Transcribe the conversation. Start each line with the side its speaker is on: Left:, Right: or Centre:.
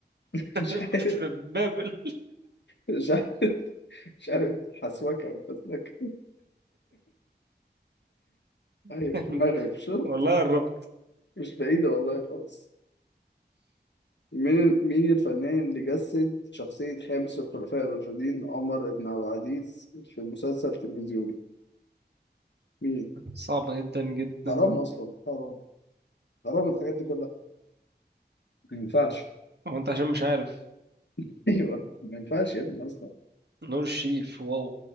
Left: <laughs>
Right: <laughs>
Left: مش عارف
Right: في بابل
Left: مش عارف مش عارف حسوكة ولا فتلكة. أيوة
Right: <laughs>
Left: المغرب شفت
Right: والله قربت
Left: مش بعيدة والله خالص مين مين الفنان اللي جسد شخصية خامس الخلفاء الراشدين عمر بن عبد العزيز في مسلسل تلفزيوني؟ مين؟
Right: صعبة جدا جدا
Left: حرام أصلا حرام حرام الحاجات دي كلها ما ينفعش
Right: هو أنت عشان مش عارف
Left: <laughs> أيوه ما ينفعش يا ابني أصلا
Right: نور الشريف واو